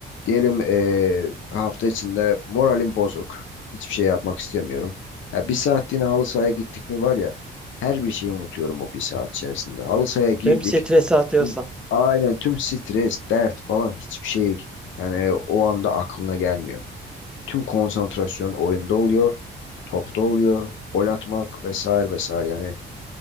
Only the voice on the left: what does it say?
diyelim eee, hafta içinde moralim bozuk. Hiçbir şey yapmak istemiyorum. Ya bir saatliğine halı sahaya gittik mi var ya her bir şeyi unutuyorum o bir saat içerisinde. Halı sahaya girdik.
Tüm, aynen tüm stres, dert falan hiçbir şey yani o anda aklına gelmiyor. Tüm konsantrasyon oyunda oluyor, topta oluyor, gol atmak vesaire vesaire. Yani